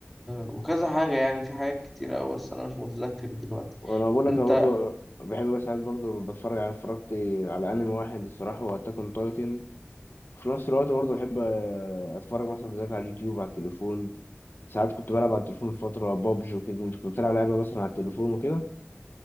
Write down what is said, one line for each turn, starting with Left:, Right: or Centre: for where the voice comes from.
Centre: وكذا حاجة يعني في حاجات كتيرة أوي بس أنا مش متذكر دلوقتي
Left: وانا بقول لك
Centre: أنت
Left: انا برضو بحب مثلا برضو بتفرج على اتفرجت على انمي واحد الصراحه هو اتاك اون تايتن في نفس الوقت برضو بحب آه، اتفرج مثلا فيديوهات على اليوتيوب على التليفون ساعات كنت بلعب على التليفون فتره بابجي وكده انت كنت بلعب لعبه مثلا على التليفون وكده